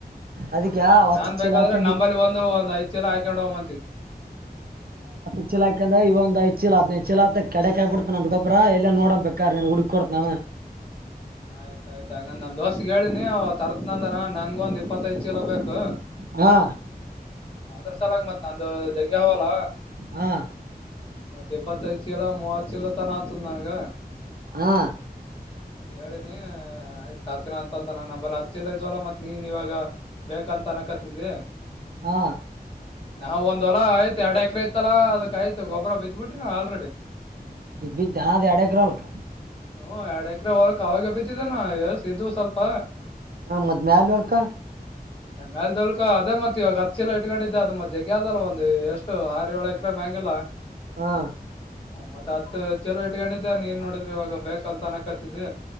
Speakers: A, on the right (about 65°); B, on the left (about 35°).
A: ಅದಕ್ಕೆ ಹತ್ತು
B: ನಾನ್
A: ಚೀಲ
B: ಬೇಕಾದ್ರೆ
A: ಹಾಕೊಂಡಿ
B: ನಂಬಲ್ಲಿ ಒಂದು ಒಂದ್ ಐದ್ ಸಲ ಹಾಕೊಂಡ ಹೋಗ್ಂತ
A: ಹೆಚ್ಚಲಾಕಂದ್ರ ಇವ ಒಂದು ಹೆಚ್ಚಿಲಾತ್ ಹೆಚ್ಚಿಲಾ ಕಡೆಕ್ ಆಕ್ಬ ಬಿಡ್ತನ ಅ್ಕಪ್ರ ಎಲ್ಲ ನೋಡ ಬಬೇಕ ನೀನ್ ಹುಡುಕ ಕೊತ ನಾನು ಹ
B: ಆಯ್ತ ಆಯ್ತು ಹಾಗಂಗಂದ್ ನಮ್ ದೋಸಗ್ ಹೇಳಿನಿ ಅವ ತರ್ತ್ನಂದಾರ ನನ್ಗ ಒಂದ್ ಇಪ್ಪತ್ತೈದ್ ಕೀಲ ಬೇಕು
A: ಹಾ
B: ಅದ್ರ ಸಲಾಗ ಮತ್ ನಂದು ಗ್ಗೆ ಅವವಲ್ಲ
A: ಹಾ
B: ಮತ್ತ ಇಪ್ಪತ್ತೈದು ಕಿಲ ಮೂವತ್ತು ಕಿಲ ತನ ಆತದ ನನ್ಗ
A: ಹಾ
B: ಹೇಳನಿ ಆಯ್ತ್ ತರ್ತೀನ ಅಂತ ಅಂದ್ರ ನ ನಂಬಲ್ಲಿ ಹಚ್ಚಿಲ ಇದವಲ್ಲ ಮತ್ ನೀನ್ ಇವಾಗ ಬೇಕ ತನಕತಿದೆ
A: ಹಾ
B: ನಾವವು ಒಂದ್ಲ ಆಯ್ತು ಎರಡು ಎಕರೆ ಇತ್ತಲ್ಲಾ ಅದಕ್ ಆಯ್ತು ಗೊಬ್ಬರ ಬಿತ್ ಬಿಟ್ರಿ ನಾ ಆಲ್ರೆಡಿ
A: ಅ ದದ ಎಡ ಗ್ರಲ್ಕ್ಕ
B: ಹ ಎರಡು ಎಕರೆ ಹೊೋಲಕ್ ಅವಾಗ ಬತ್ತಿದಾನ ಎ ಇದವು ಸ್ವಲ್ಪ
A: ಹಾ ಮದ್ ಆಲ್ ಅವಳ್ಕ
B: ಮೇಲ್ಲ ದೊಲ್ಕ ಅದೇ ಮತ್ವಾಗ ಹತ್ ಕಿ ಇಟ್ಕೊಂಡಿದ್ದೆ ಅದು ಮತ್ ಜಗ್ಗಿ ಅದಲ್ಲ ಒಂದು ಎಷ್ಟು ಆರು ಏಳು ಎಕ್ರ ಮ್ಯಂಗಿಲ್ಲಲ್ಲ
A: ಹಾ
B: ಹ ಮತ್ತತ್ ಹತ್ ಚಲೋ ಎಟ್ಗಂಡ ಇದಿದ್ದ ನೀ ನೀಏನ್ ನೋಡಿದ್ರೆ ಇವಾಗ ಬೇಕಂತ ಅನಕತ್ತಿದಿ